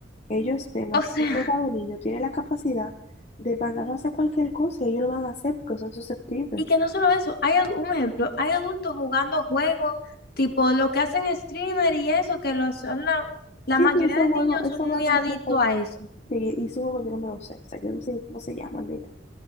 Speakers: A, on the left; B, on the left.
A: ellos ven
B: O
A: haciendo
B: sea,
A: cosas de niño tiene la capacidad de mandarlo a hacer cualquier cosa y ellos lo van a hacer porque son susceptibles.
B: Y que no solo eso, hay ad- un ejemplo, hay adultos jugando juegos, tipo lo que hacen streamer y eso, que los, son la, la
A: Sí,
B: mayoría
A: sí, esos
B: de
A: juegos,
B: niños
A: esos
B: son muy
A: juegos son
B: adictos
A: de adultos.
B: a eso.
A: Sí, y esos juegos yo no me los sé, o sea, yo no sé ni cómo se llaman, mira.